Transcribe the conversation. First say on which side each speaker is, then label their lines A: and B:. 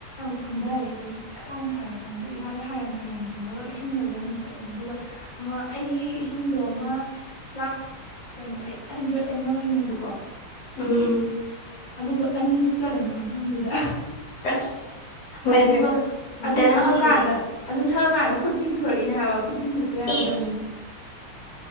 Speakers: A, on the left; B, on the left.
A: ꯐꯝꯊꯔꯦꯗꯒꯤ ꯈꯤꯇꯪ ꯑꯃꯨꯛ ꯐꯔꯀꯥꯟꯗ ꯏꯁꯥ ꯍꯥꯏꯔꯪ ꯍꯥꯏꯥꯏꯔꯪ ꯇꯧꯔꯒ ꯏꯁꯤꯡ ꯂꯧꯕ ꯑꯃꯗ ꯆꯠꯂꯦ ꯑꯗꯨꯒ ꯑꯃ ꯑꯩꯒꯤ ꯏꯁꯤꯡꯗꯣ ꯑꯃ ꯐ꯭ꯂꯥꯛꯁ ꯀꯩꯅꯣ ꯑꯩꯠ ꯍꯟꯗ꯭ꯔꯦꯗ ꯑꯦꯝ ꯑꯦꯜꯒꯤꯅꯦꯕꯀꯣ
B: ꯎꯝ ꯎꯝ
A: ꯑꯗꯨꯗꯣ ꯑꯅꯤ ꯊꯣꯛꯛ ꯆꯠꯂꯦ ꯉꯥꯏꯍꯥꯛꯇꯪꯗꯨꯗ
B: ꯑꯁ ꯏꯃꯥꯏ
A: ꯑꯗꯨꯒ
B: ꯄꯦꯝꯃ ꯂꯤꯇꯔ
A: ꯑꯗꯨ ꯊꯛꯑꯀꯥꯟꯗ
B: ꯑꯃ ꯍꯦꯜꯂꯦ
A: ꯑꯗꯨ ꯊꯛꯑ ꯀꯥꯟꯗ ꯈꯨꯠ ꯇꯤꯡꯊꯣꯔꯛꯏꯅꯦ ꯍꯥꯏꯕ ꯈꯨꯠ ꯇꯤꯡꯊꯣꯛꯄ ꯌꯥꯔꯣꯏꯗ꯭ꯔꯕꯅꯤ
B: ꯑꯦ